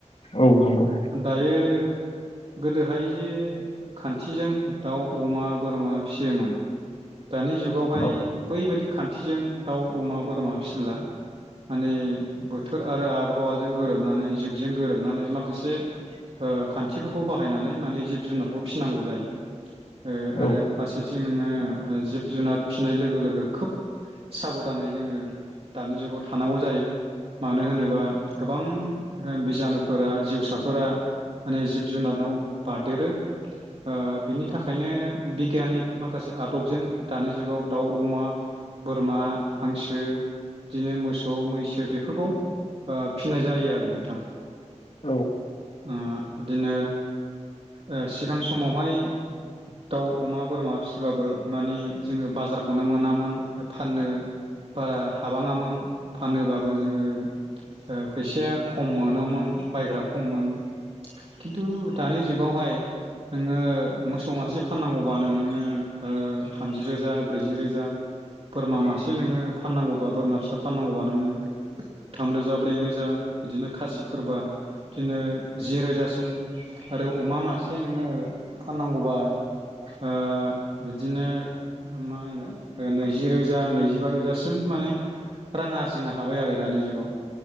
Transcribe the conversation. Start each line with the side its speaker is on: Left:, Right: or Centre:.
Left: औ नंगौ
Right: दायो गोदोहाय जे खान्थिजों दाउ अमा बोरमा फिसियोमोन दानि जुगावहाय
Left: औ
Right: बैबायदि खान्थिजों दाउ अमा बोरमा फिसिला माने बोथोर आरो आबहावाजों गोरोबनानै जुगजों गोरोबनानै माखासे ओ खान थिफोरखौ बाहायनानै माने जिब जुनारखौ फिसिनांगौ जायो ओ
Left: नंगौ
Right: आरो फारसेथिं नोङो ओ जिब जुनार फिसिनाय लोगो लोगो खोब साबधानै जोङो दानि जुगाव थानांगौ जायो मानो होनोबा गो बां बिजानुफोरा जिउसाफोरा माने जिब जुनाराव बारदेरो ओ बिनि थाखायनो बिगियानिक माखासे आदबजों दानि जुगाव दाउ अमा बोरमा हांसो बिदिनो मोसौ मैसो बेफोरखौ ओ फिनाय जायो आरो नोंथां
Left: औ
Right: ओ बिदिनो ओ सिगां समावहाय दाउ अमा बोरमा फिसिबाबो मानि जोङो बाजारखौनो मोनामोन फाननो बारा हाबाङामोन फानोबाबो जोङो ओ फैसाया खम मोनोमोन बायग्रा खममोन खिन्थु दानि जुगावहाय नोङो मोसौ मासे फाननांगौबानो नोङो थामजि ओ रोजा ब्रैजि रोजा बोरमा मासे नोङो फाननांगौबा बोरमा फिसा फाननांगौबा नोङो थामरोजा ब्रै रोजा बिदिनो खासिफोरबा बिदिनो जि रोजासिम आरो अमा मासे नोङो फाननांगौबा ओ बिदिनो मा होनो नैजि रोजा नैजिबा रोजासिम माने रां आरजिनो हाबाय आरो दानि जुगाव